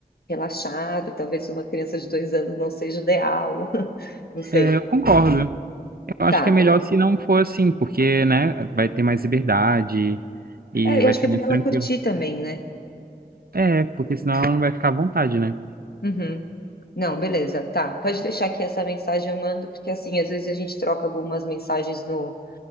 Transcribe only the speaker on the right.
É, eu concordo. Eu acho
que é melhor
se não for assim, porque, né, vai ter mais liberdade e
vai
ser
mais
tranquilo.
É, porque senão ela não vai ficar à vontade, né?